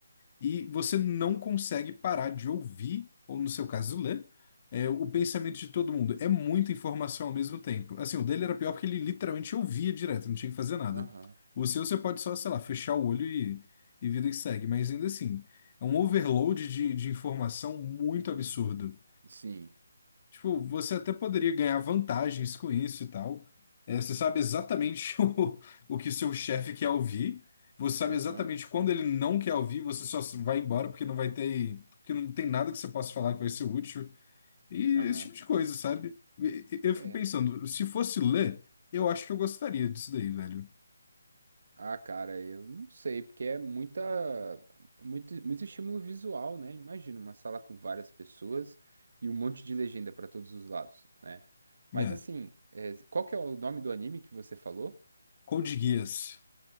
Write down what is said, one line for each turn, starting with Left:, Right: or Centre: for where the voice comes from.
Left: e você não consegue parar de ouvir, ou no seu caso, ler, é, o pensamento de todo mundo. É muita informação ao mesmo tempo. Assim, o dele era pior porque ele literalmente ouvia direto, não tinha que fazer nada.
Right: aham.
Left: O seu, você pode só, sei lá, fechar o olho e, e vida que segue, mas ainda assim, é um overload de, de informação muito
Right: hum,
Left: absurdo.
Right: Sim,
Left: Tipo, você até poderia ganhar vantagens com isso e tal. É, você sabe exatamente <laughs> o, o que seu chefe quer ouvir. Você sabe
Right: aham,
Left: exatamente quando ele não quer ouvir, você só vai embora porque não vai ter, porque não tem nada que você possa falar que vai ser útil. E
Right: aham.
Left: esse tipo de coisa, sabe? E- e- Eu
Right: É.
Left: fico pensando, se fosse ler, eu acho que eu gostaria disso daí, velho.
Right: Ah, cara, eu não sei, porque é muita, muito, muito estímulo visual, né? Imagina uma sala com várias pessoas e um monte de legenda para todos os lados, né?
Left: Né?
Right: Mas assim, é, qual que é o nome do anime que você falou?
Left: Code Geass.